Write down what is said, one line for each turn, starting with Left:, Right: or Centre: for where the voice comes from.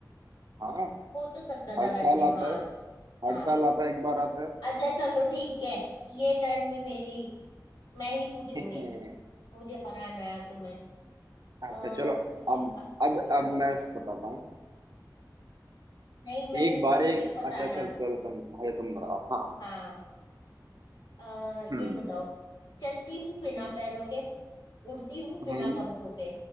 Right: हाँ
Left: हो तो सकता
Right: हर
Left: था
Right: साल
Left: वैसे
Right: आता
Left: हाँ
Right: है हर
Left: हाँ
Right: साल आता है एक बार आता है
Left: अच्छा चलो ठीक है ये टर्न भी मेरी मैं ही पूछूंगी
Right: <laughs>
Left: मुझे हराना है अब तुम्हें आ,
Right: अच्छा चलो
Left: कुछ
Right: अब
Left: तगड़ा
Right: अब अब
Left: सा पूछ
Right: मैं बताता हूँ
Left: नहीं मैं ही
Right: एक बार
Left: पूछ
Right: एक
Left: रही हूँ बताना
Right: अच्छा चल चलो तुम अरे तुम बताओ हाँ
Left: हाँ आ,
Right: हम्म
Left: ये बताओ चलती हूँ बिना पैरों के उड़ती हूँ बिना
Right: हम्म
Left: पंखों के